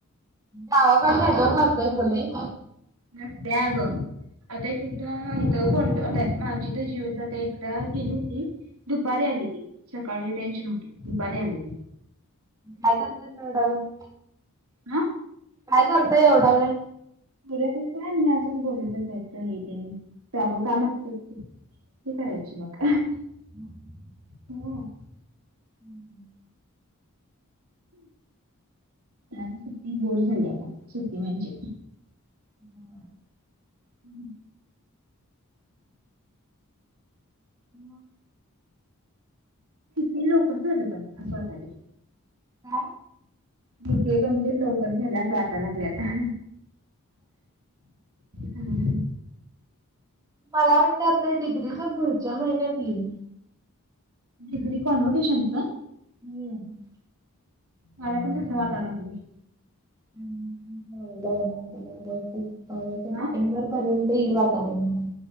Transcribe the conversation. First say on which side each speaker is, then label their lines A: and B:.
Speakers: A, on the right (about 15°); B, on the right (about 75°).
A: गावाकडं नेटवर्क नसतयच गं लय.
B: नसतंय अगं आता एकेकदा इथं <unintelligible> माझी <unintelligible> एकदा गेली होती. दुपारी आली ती सकाळी रेंज नव्हती दुपारी आली ती.
A: काय करतेस तेवढा वेळ?
B: आं
A: काय करते ऐवढा वेळ?
B: <unintelligible> काय असंच बोलले त्याचा हे ते नाही त्या व कामं असते ती करायची मग.
A: <inaudible>
B: <unintelligible>
A: हम्म.
B: आता सुट्टी बोर झाल्या आता सुट्टी म्हणजे.
A: <inaudible>
B: हम्म.
A: मग
B: ती लवकर झाली पण असं वाटायले.
A: काय
B: बी के कमप्लीट लवकर झाला असं वाटायला लागले आता. हां.
A: मला वाटतं आपल्या डिग्रीचा पुढच्या महिन्यात येईल.
B: डिग्री कोनवोकेशनस का?
A: <unintelligible>
B: मला पण तसं वाटायला लागलंय.
A: <unintelligible> अगं सप्टेंबर
B: हा
A: पर्यंत येईल वाटायलं मला.